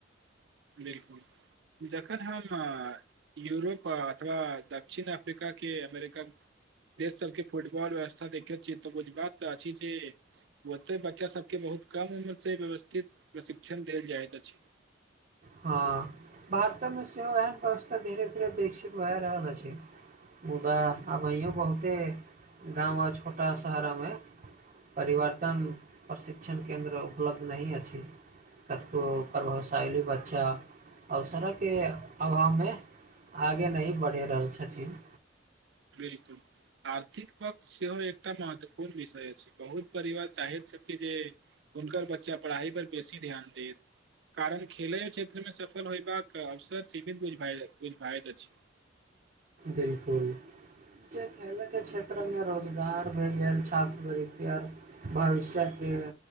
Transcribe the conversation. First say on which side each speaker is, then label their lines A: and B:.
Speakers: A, on the right; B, on the right.
A: बिलकुल जखन हम अ यूरोप अथवा दक्षिण अफ्रिका के अमेरिका देश सबके फुटबॉल व्यवस्था देखैत छियै तऽ बुझ बात तऽ अछि ओते बच्चा सब के बहुत कम उम्र से व्यवस्थित प्रशिक्षण देल जाइत अछि
B: हँ भारत मे सेहो एहन व्यवस्था धीरे धीरे विकसित भए रहल अछि मुदा आबैहुँओ बहुते गाम आ छोटा शहर मे परिवर्तन प्रशिक्षण केन्द्र उपलब्ध नहि अछि कतेको प्रभावशैली बत अच्छा अवसड़क के अभाव मे आगे नही बढ़ि रहल छथिन
A: बिलकुल आर्थिक पक्ष सेहो एकटा महत्वपूर्ण विषय अछि बहुत परिवार चाहैत छथि जे उनकर बच्चा पढ़ाई पर बेसी ध्यान देत कारण खेले क्षेत्रमे सफल होयबाक अवसर सीमितझ बुझाइत अछि
B: बिलकुल जे खेलयके क्षेत्रमे रोजगार भए गेल छात्रवृत्ति आर भविष्य के